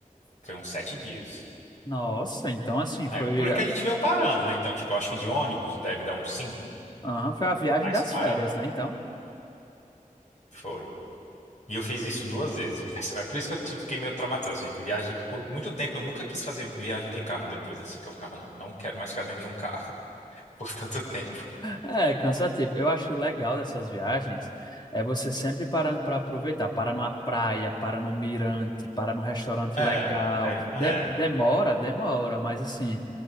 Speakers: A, on the left; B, on the left.
A: Foi uns sete dias.
B: Nossa, então assim, foi,
A: É, porque
B: ah,
A: a gente veio parando, né? Então, tipo, eu acho que de ônibus deve dar uns cinco.
B: aham, foi a viagem
A: Mas
B: das
A: parando,
B: férias, né? Então.
A: foi. E eu fiz isso duas vezes. <laughs> Mas é por isso que eu tive- fiquei meio traumatizado. assim, Que viagem, por muito tempo eu nunca quis fazer viagem de carro depois, assim, que eu ficava, não, não quero mais ficar dentro de um carro <laughs> por tanto tempo.
B: É cansativo. Eu acho que o legal dessas viagens é você sempre parando para aproveitar. Para numa praia, para num mirante, para num restaurante
A: É,
B: legal.
A: é, é.
B: De- demora, demora, mas assim,